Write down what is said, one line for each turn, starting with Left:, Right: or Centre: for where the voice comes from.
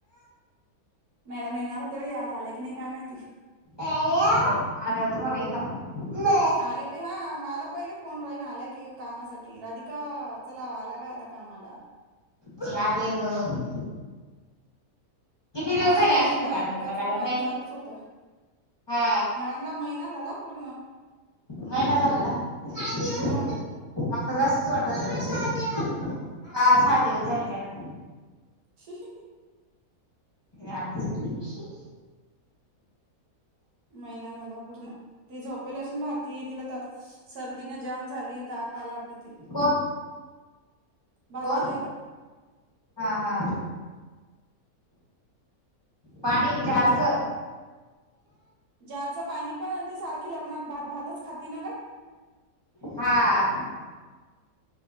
Right: मॅडम येणार होत्या बाई, आज आल्या की नाही काय माहिती?
Left: आल्यावर तुम्हाला ईल ना फोन. मी
Right: आल्या की, हां, मला पहिले फोन राहीन आल्या की कामासाठी राधिका चला लागा आता कामाला.
Left: मी आले हं. दिवस
Right: असून
Left: झाले असेल
Right: नसून तर
Left: मॅडम
Right: राधिकाचं
Left: म्हणलं मॅडम
Right: तर काम
Left: नाही
Right: चालूच होतं.
Left: हा
Right: मॅडमला महिना झाला हं पूर्ण
Left: महिना झाला ना मला
Right: मग
Left: तर जास्तच वाटत होता, हा सहा दिवस झाले त्यांना.
Right: हहहह
Left: मॅडम सुर्यवंशी.
Right: महिना झाला पूर्ण, ते झोपेल असून भारती तिला तर सर्दीनं जाम झाली, ताप आलं वाटतं तिला
Left: कोण
Right: भारती
Left: कोण?
Right: ताईला
Left: हा हा, पाणी. जारच
Right: चा जारचं पाणी पण, आणि ती सारखी लग्नात भात भातच खाती ना गं.
Left: हां.